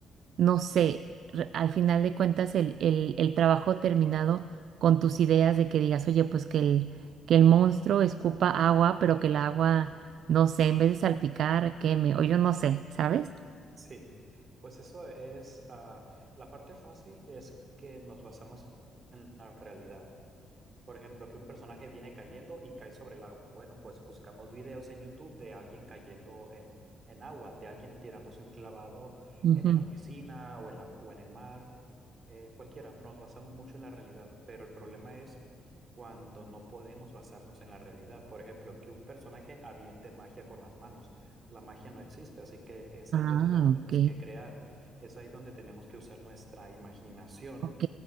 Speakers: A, on the right; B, on the right.
A: no sé, re- al final de cuentas el, el, el trabajo terminado con tus ideas de que digas, oye, pues que el, que el monstruo escupa agua, pero que el agua, no sé, en vez de salpicar, queme, o yo no sé, ¿sabes?
B: Sí, pues eso es, ah, la parte fácil es que nos basamos en la realidad. Por ejemplo, que un personaje viene cayendo y cae sobre el agua. Bueno, pues buscamos videos en YouTube de alguien cayendo en, en agua, de alguien tirándose un clavado
A: Ujú.
B: en una piscina o en la, o en el mar, eh, cualquiera. Nos basamos mucho en la realidad, pero el problema es cuando no podemos basarnos en la realidad. Por ejemplo, que un personaje aviente magia con las manos. La magia no existe, así que es
A: Ah,
B: ahí donde la tenemos
A: ok,
B: que crear. Es ahí donde tenemos que usar nuestra imaginación
A: ok,